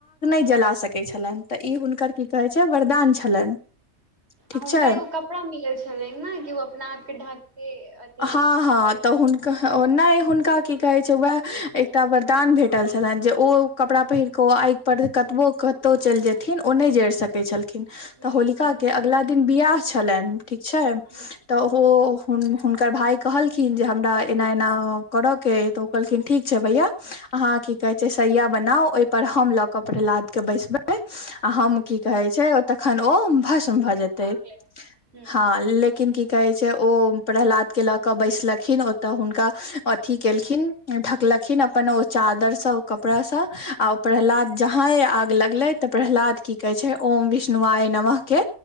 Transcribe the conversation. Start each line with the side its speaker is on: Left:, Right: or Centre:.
Left: <unintelligible> जला सकै छलनि तऽ ई हुनकर की कहै छै वरदान छलनि।
Right: आ
Left: ठीक
Right: हुनका
Left: छै
Right: एगो कपड़ा मिलल छलनि ने कि ओ अपना आपके ढकके अथी
Left: हँ हँ
Right: बैठ
Left: तऽ हुनक नहि हुनका की कहै छै वएह एकटा वरदान भेटल छलनि जे ओ कपड़ा पहिर कऽ ओ आगि पर कतबो कतहु चलि जेथिन ओ नहि जरिि सकैत छलखिन
Right: हूँ
Left: तऽ होलिका
Right: हूँ हूँ
Left: के अगलाा दिन बिय छलनि ठीक छै
Right: हूँ
Left: तऽ ओ हुनकर भा कहलखिन जे हमरा एना एना करयके अइ तऽ ओ कहलखिन ठीक छै भैया हँ की कहे
Right: हूँ
Left: छै सैया बनाउ ओहिपर हम लऽ कऽ प्रह्लादके बैसबै आ हम
Right: हूँ
Left: की कहे छै तखन ओ
Right: अपना
Left: भस्म
Right: आपके
Left: भऽ
Right: ढाँक
Left: जेतै
Right: ले हूँ
Left: हँ लेकिन की कहे छै ओ प्रह्लाद केेलक के बैसलखिन ओतऽ हुनका अथिी केलखिन ढकलखिन अपन ओ चादरसँ ओ कपड़ासँ आ ओ प्रहलाद जहा आग लग गेलै तऽ प्रहलाद की कहे छै म विष्णु आय नम के